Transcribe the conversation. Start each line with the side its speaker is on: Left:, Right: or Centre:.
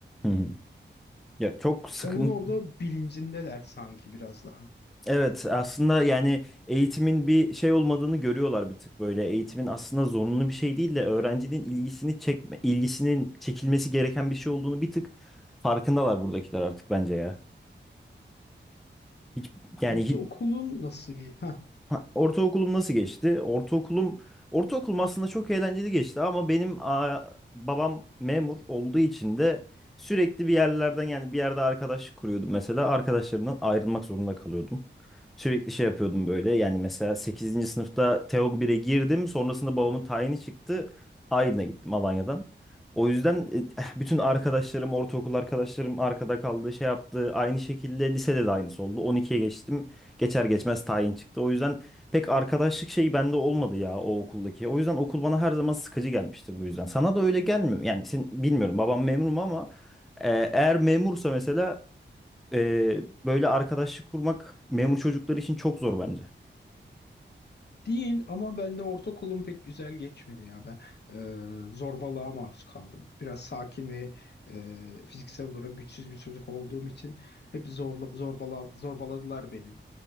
Centre: hı hı. Ya çok sıkıntı.
Left: Onun orada bilincindeler sanki biraz daha.
Centre: Evet aslında yani eğitimin bir şey olmadığını görüyorlar bir tık böyle. Eğitimin aslında zorunlu bir şey değil de öğrencinin ilgisini çekme, ilgisinin çekilmesi gereken bir şey olduğunu bir tık farkındalar buradakiler artık bence ya. Hiç, yani
Left: Ortaokulun
Centre: hi-
Left: nasıl? Heh.
Centre: Ha, Ortaokulum nasıl geçti? Ortaokulum ortaokulum aslında çok eğlenceli geçti ama benim aa, babam memur olduğu için de sürekli bir yerlerden yani bir yerde arkadaşlık kuruyordum mesela arkadaşlarımdan ayrılmak zorunda kalıyordum. Sürekli şey yapıyordum böyle yani mesela sekizinci sınıfta TEOG 1'e girdim sonrasında babamın tayini çıktı Aydın'a gittim Alanya'dan. O yüzden e, eh, bütün arkadaşlarım ortaokul arkadaşlarım arkada kaldı şey yaptı aynı şekilde lisede de aynısı oldu on ikiye geçtim geçer geçmez tayin çıktı o yüzden pek arkadaşlık şeyi bende olmadı ya o okuldaki. O yüzden okul bana her zaman sıkıcı gelmiştir bu yüzden. Sana da öyle gelmiyor. Yani sen bilmiyorum babam memur mu ama e, eğer memursa mesela e, böyle arkadaşlık kurmak memur çocukları için çok zor bence.
Left: Değil ama ben de ortaokulum pek güzel geçmedi ya. Ben e, zorbalığa maruz kaldım. Biraz sakin ve e, fiziksel olarak güçsüz bir çocuk olduğum için hep zorla, zorbala, zorbaladılar beni.